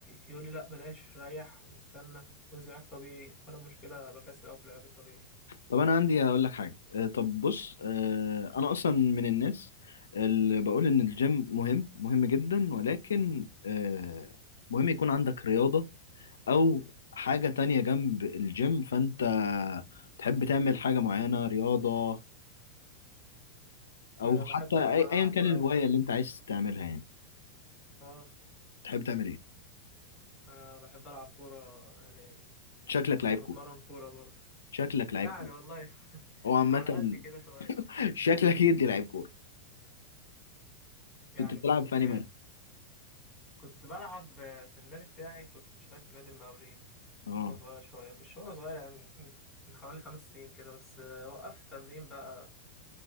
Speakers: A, on the left; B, on the left.
A: يقول لي لا بلاش ريح واستنى وانزل علاج طبيعي وانا المشكله بكسل قوي في العلاج الطبيعي
B: طب انا عندي هقول لك حاجه آه، طب بص آه، انا اصلا من الناس اللي بقول ان الجيم مهم مهم جدا ولكن آه، مهم يكون عندك رياضه او حاجه تانية جنب الجيم فانت بتحب تعمل حاجه معينه رياضه او
A: آه، بحب
B: حتى أي-
A: طبعا
B: ايا
A: العب
B: كان
A: كوره
B: الهوايه
A: قوي
B: اللي انت عايز تعملها يعني
A: اه
B: تحب تعمل ايه
A: انا بحب العب كوره يعني
B: شكلك
A: كنت
B: لعيب
A: بتمرن
B: كوره
A: كوره برضه
B: شكلك
A: يعني
B: لعيب كوره
A: والله <laughs>
B: او عامه
A: على قد كده شويه
B: <laughs> شكلك يدي لعيب كوره
A: يعني
B: كنت بتلعب
A: كنت
B: في انهي مركز
A: كنت بلعب في النادي بتاعي كنت مشترك في نادي المقاولين
B: اه
A: وانا صغير شويه مش وانا صغير يعني من من حوالي خمس سنين كده بس آه، وقفت تمرين بقى